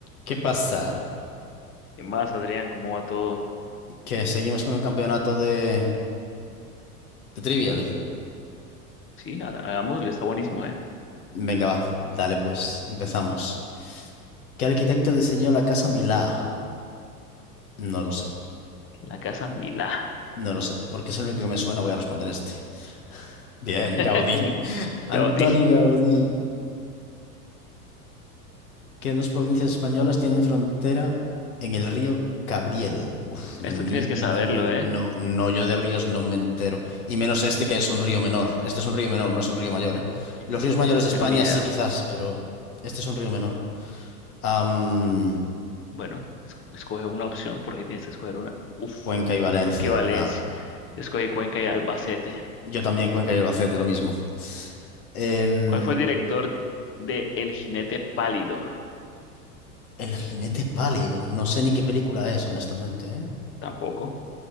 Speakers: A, on the left (about 65°); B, on the left (about 25°).
A: ¿Qué pasa?
B: ¿Qué más, Adrián? ¿Cómo va todo?
A: Que seguimos con el campeonato de, de Trivial.
B: Sí, ha- hagámosle, está buenísimo, ¿eh?
A: Venga, va, dale pues, empezamos. ¿Qué arquitecto diseñó la Casa Milá? No lo sé,
B: La casa Milá.
A: no lo sé, porque es el único que me suena, voy a responder este. Bien,
B: <laughs>
A: Gaudí. Antoni
B: Gaudí,
A: Gaudí. ¿Qué dos provincias españolas tienen frontera en el río Cabriel? Uf, ni
B: esto tienes que
A: la
B: saberlo,
A: menor.
B: ¿eh?
A: No, no, yo de ríos no me entero. Y menos este que es un río menor. Este es un río menor, no es un río mayor, ¿eh? Los ríos mayores de
B: Tengo
A: España
B: ni idea.
A: sí, quizás, pero este es un río menor. Am,
B: Bueno, es- escoge una opción porque tienes que escoger una. Uf,
A: Cuenca y Valencia.
B: bueno, qué Valencia.
A: Nada.
B: Yo escogí Cuenca y Albacete.
A: Yo también Cuenca y Albacete, lo mismo. Em,
B: ¿Cuál fue el director de El Jinete Pálido?
A: El jinete pálido. No sé ni qué película es, honestamente, ¿eh?
B: Tampoco.